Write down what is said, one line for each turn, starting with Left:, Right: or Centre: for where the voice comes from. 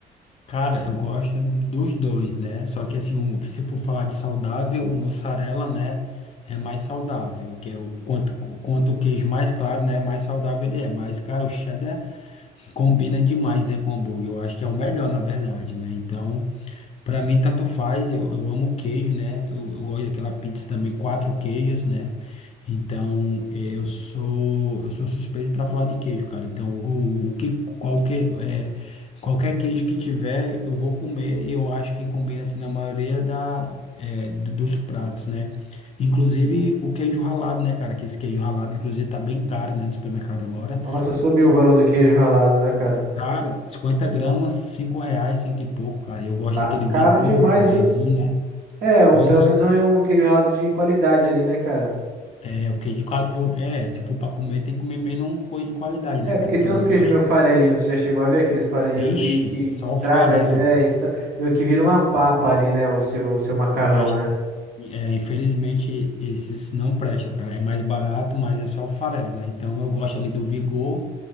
Left: Cara, eu gosto dos dois, né? Só que assim, o- se for falar de saudável, o mussarela, né, é mais saudável, que é o quanto, o quanto o queijo mais claro, né, mais saudável ele é. Mas, cara, o cheddar combina demais, né, com o hambúrguer. Eu acho que é o melhor, na verdade, né? Então, Pra mim, tanto faz, eu, eu amo queijo, né? Eu, eu gosto daquela pizza também, quatro queijos, né? Então, eh, eu sou, eu sou suspeito pra falar de queijo, cara. Então, o, o que, qualquer, é, qualquer queijo que tiver, eu vou comer. e Eu acho que combina, assim, na maioria da, é, do- dos pratos, né? Inclusive, o queijo ralado, né, cara? Que esse queijo ralado, inclusive, tá bem caro, né, no supermercado agora.
Right: Nossa, subiu o valor do queijo ralado, né, cara?
Left: Cara, 50 gramas, 5 reais, 5 e pouco, cara. Eu gosto
Right: Tá
Left: daquele vigor
Right: caro demais,
Left: azulzinho,
Right: hein?
Left: né?
Right: É, um,
Left: Pois
Right: pelo
Left: é.
Right: menos um, um queijo ralado de qualidade ali, né, cara?
Left: É, o que de quali... eu, é, se for pra comer, tem que comer menos um coisa de qualidade, né,
Right: É, porque
Left: cara? Então
Right: tem uns
Left: eu
Right: queijos
Left: gosto.
Right: meio farelinho, você já chegou a ver aqueles farelinhos
Left: Vixe,
Right: que, que
Left: só
Right: estraga
Left: o farelo.
Right: ali, é, estra... meio que vira uma papa ali, né, o seu, o seu macarrão,
Left: Presta...
Right: né?
Left: É, infelizmente, esses não prestam, cara. É mais barato, mas é só o farelo, né? Então eu gosto ali do vigor